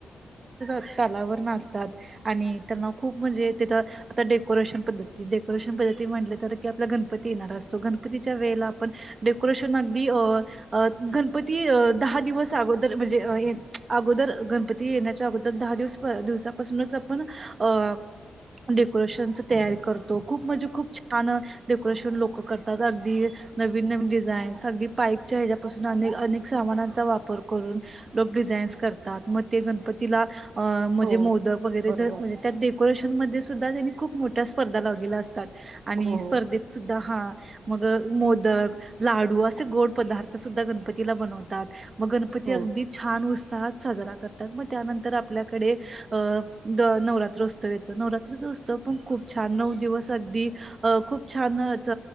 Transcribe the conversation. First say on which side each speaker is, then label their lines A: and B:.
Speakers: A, on the right; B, on the right.
A: <unintelligible> तालावर नाच तात आणि त्यांना खूप म्हणजे तिथं आता डेकोरेशन पद्धती डेकोरेशन पद्धती म्हटलं तर आपला गणपती येणार असतो. गणपतीच्या वेळेला आपण डेकोरेशन अगदी अ गं णपती दहा दिवस अगोदर म्हणजे ये अगोदर गणपती येण्याच्या अगोदर दहा दिवस - दिवसापासूनच आपण अ डेकोरेशनच तयारी करतो. खूप म्हणजे खूप छान डेकोरेशन लोक करतात. अगदी -- नवीन नवीन डिझाईन अगदी पाईपच्या ह्याच्यापासून अनेक -- अनेक सामानांचा वापर करून लोक डिझाईन्स करतात. मग ते गणपतीला -- अ म्हणजे
B: हो
A: मोदक वगैरे
B: बरोबर
A: म्हणजे त्यात डेकोरेशन मध्ये सुद्धा त्यांनी खूप मोठ्या स्पर्धा लावलेल्या अस तात आणि
B: हो हो
A: स्पर्धेत सुद्धा हा. मग मोदक, लाडू असे गोड पदार्थ सुद्धा गणपतीला बनवतात. मग गणपती
B: हो
A: अगदी छान उत्स -- हात साजरा करतात. मग त्यानंतर आपल्याकडे अ नवरात्रोत्सव येतो. नवरात्र उत्सव तर पण खूप छान नऊ दिवस अगदी -- अ खूप छान अ ज